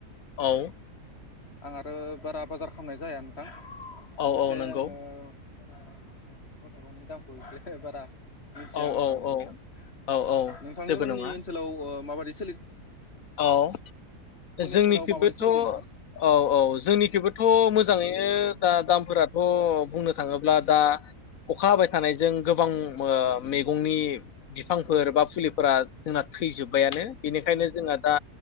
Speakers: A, on the left; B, on the left.
A: औ
B: आं आरो बारा बाजार खालामनाय जाया नोंथां
A: औ
B: बिनिखाय
A: औ नंगौ
B: आङो बारा ओ मैगं थाइगंनि दामखौ एसे बारा मिथिया
A: औ
B: आं थारमाने
A: औ औ
B: नोंथां
A: औ औ
B: नोंथांनिमोननि
A: जेबो नङा
B: ओनसोलाव अ माबायदि सोलि
A: औ जोंनिखैबोथ
B: ओनसोलाव माबायदि सोलिदों
A: औ
B: नोंथां
A: औ जोंनिखैबोथ मोजाङै दा दामफोराथ बुंनो थाङोब्ला दा अखा हाबाय थानायजों गोबां मैगंनि बिफांफोर बा फुलिफोरा जोंना थैजोब्बायानो बेनिखायनो जोंना दा